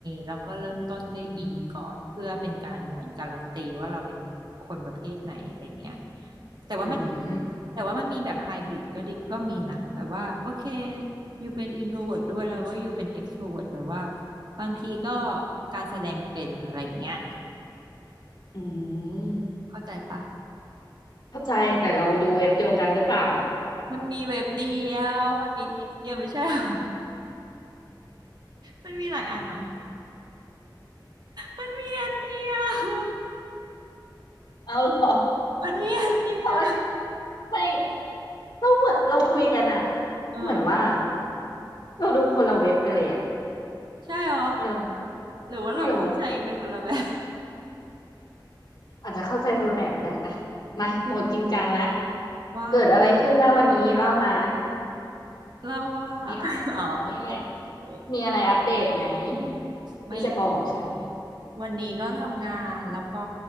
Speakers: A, on the right; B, on the left.
A: แล้วก็เริ่มต้นด้วยอีก่อนเพื่อเป็นการเหมือนการันตีว่าเราเป็นคนประเภทไหนอะไรเงี้ย
B: อืม
A: แต่ว่ามัน
B: อืม
A: แต่ว่ามันมีแบบไฮบริดก็ดิก็มีนะแบบว่าโอเคอยู่เป็นอินโทรเวิร์ด้วยแล้วก็อยู่เป็นเอ็กโทรเวิร์แบบว่าบางทีก็การแสดงเป็นอะไรอย่างเงี้ย
B: อืม
A: เข้าใจปะ
B: เข้าใจแต่เราดูเว็บเดียวกันหรือเปล่า
A: มันมีเว็บเดียวมันมีเทสเดียวไม่ใช่หรอ <laughs> มันมีหลายอันเหรอ มันมีอันเดียว <laughs>
B: เอาเหรอ
A: มันมีอันเดียว
B: ทำไมไม่เราเหมือนเราคุยกันอะ
A: เออ
B: เหมือนว่าเราดูคนละเว็บกันเลยอะ
A: ใช่หรอ
B: เออ
A: หรือว่าเราเข้าใจกันคนละแบบ
B: ไม่รู้อาจจะเข้าใจคนละแบบก็ได้อะมาโหมดจริงจังแล้ว
A: ว่า
B: เกิดอะไรขึ้นบ้างวันนี้เล่ามา
A: เล่าว่า
B: มีอะไร
A: <laughs> อ๋อโอเคโอเคโอเค
B: มีอะไรมีอะไรอัปเดตไหม
A: ไม่
B: ที่จะบอกฉัน
A: มีวันนี้ก็ทำงานแล้วก็